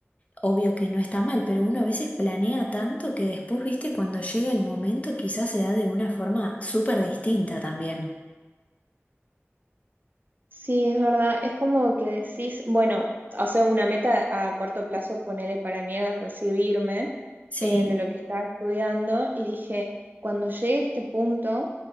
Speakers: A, on the left; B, on the right.
A: obvio que no está mal, pero uno a veces planea tanto que después, ¿viste? Cuando llega el momento quizás se da de una forma súper distinta también.
B: Sí, es verdad. Es como que decís, bueno, o sea, una meta a corto plazo, ponele para mí era recibirme
A: Sí,
B: eh, de lo que estaba estudiando y dije, cuando llegue a este punto